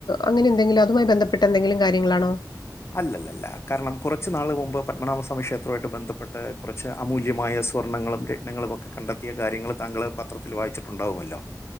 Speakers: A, on the left; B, on the left.
A: അങ്ങനെ എന്തെങ്കിലും അതുമായി ബന്ധപ്പെട്ട എന്തെങ്കിലും കാര്യങ്ങളാണോ.
B: അല്ലല്ലല്ല കാരണം കുറച്ചുനാള് മുമ്പ് പത്മനാഭസ്വാമി ക്ഷേത്രമായിട്ട് ബന്ധപ്പെട്ട് കുറച്ച് അമൂല്യമായ സ്വർണങ്ങളും രത്നങ്ങളും ഒക്കെ കണ്ടെത്തിയ കാര്യങ്ങൾ താങ്കൾ പത്രത്തിൽ വായിച്ചിട്ടുണ്ടാവുമല്ലോ